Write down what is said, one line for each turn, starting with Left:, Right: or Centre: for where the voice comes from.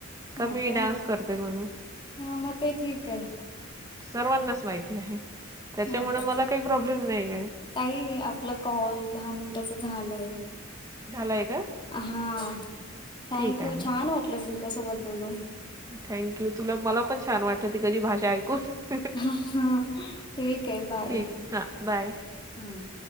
Right: का
Left: हा
Right: मी
Left: तर
Right: डान्स करते म्हणून
Left: हा म ते ठीक आहे.
Right: सर्वांनाच माहिती आहे त्याच्यामुळे
Left: हा का
Right: मला काही प्रॉब्लेम नाही आहे.
Left: ताई आपलं कॉल दहा मिनिटाच झालंय.
Right: झालाय का
Left: हा थँक
Right: ठीक आहे
Left: यू
Right: ना
Left: छान वाटलं तुमच्या सोबत बोलून.
Right: थँक्यू तुला, मला पण छान वाटलं तिकडची भाषा ऐकून.
Left: अहा.. ठीक के बाय..
Right: ठीक हां बाय
Left: हम्म.